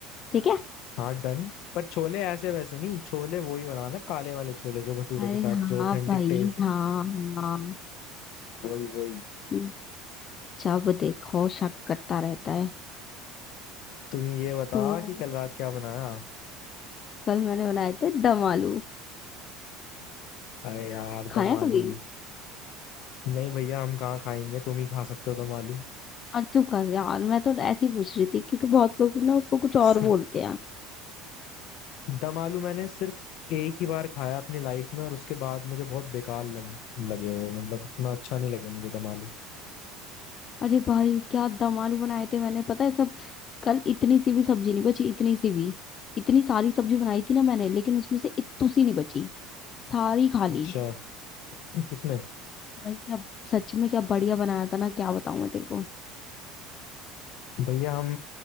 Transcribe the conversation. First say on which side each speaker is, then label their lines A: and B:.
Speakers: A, on the left (about 40°); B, on the left (about 60°).
A: ठीक है
B: हाँ डन पर छोले ऐसे वैसे नहीं छोले वही बनाना काले वाले छोले जो भटूरे
A: अरे
B: के साथ
A: हाँ
B: जो ऑथेंटिक
A: भाई
B: टेस्ट
A: हाँ हाँ
B: वही वही
A: हम्म, जब देखो शक करता रहता है
B: तुम ये बताओ
A: तो
B: कि कल रात क्या बनाया
A: कल मैंने बनाए थे दम आलू
B: अरे यार
A: खाया
B: दम आलू
A: कभी
B: नहीं भैया हम कहाँ खाएंगे तुम ही खा सकते हो दम आलू
A: और चुप कर यार मैं तो ऐसे ही पूछ रही थी क्योंकि बहुत लोग ना उसको कुछ
B: <laughs>
A: और बोलते हैं
B: दम आलू मैंने सिर्फ एक ही बार खाया अपनी लाइफ में और उसके बाद मुझे बहुत बेकार लग, लगे वो मतलब इतना अच्छा नहीं लगे मुझे दम आलू
A: अरे भाई क्या दम आलू बनाए थे मैंने पता है सब कल इतनी सी भी सब्जी नहीं बची इतनी सी भी इतनी सारी सब्जी बनाई थी ना मैंने लेकिन उसमें से इत्तू सी नहीं बची सारी खा ली
B: अच्छा किसने
A: भाई क्या सच में क्या बढ़िया बनाया था ना क्या बताऊं मैं तेरे को
B: भैया हम